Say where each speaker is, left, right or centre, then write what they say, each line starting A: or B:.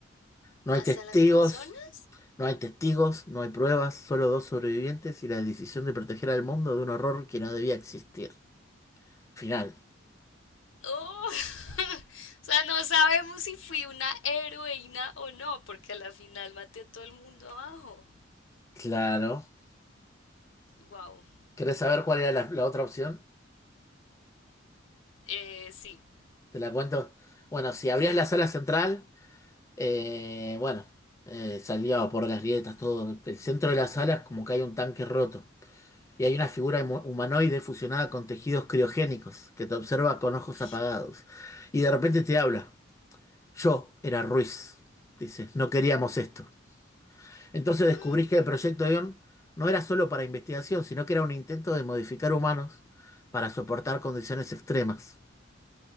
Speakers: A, on the left; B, on the left.
A: No hay
B: ¿Hasta
A: testigos,
B: las personas?
A: no hay testigos, no hay pruebas, solo dos sobrevivientes y la decisión de proteger al mundo de un horror que no debía existir. Final.
B: Oh, <laughs> o sea, no sabemos si fui una heroína o no, porque a la final maté a todo el mundo abajo.
A: Claro.
B: Wow.
A: ¿Querés saber cuál era la, la otra opción?
B: Eh, sí,
A: Te la cuento. Bueno, si abrías
B: sí.
A: la sala central, eh, bueno, eh, salía por las grietas, todo. El centro de la sala es como que hay un tanque roto. Y hay una figura humo- humanoide fusionada con tejidos criogénicos que te observa con ojos
B: Ush.
A: apagados. Y de repente te habla. Yo era Ruiz, dice, no queríamos esto. Entonces descubrís
B: Ah,
A: que el proyecto Ion no era solo para investigación, sino que era un intento de modificar humanos para soportar condiciones extremas.